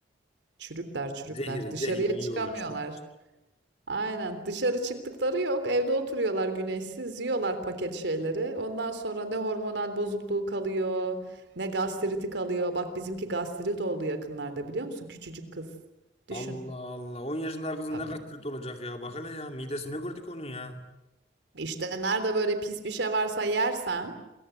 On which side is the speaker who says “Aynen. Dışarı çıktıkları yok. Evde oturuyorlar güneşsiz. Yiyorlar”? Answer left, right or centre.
Right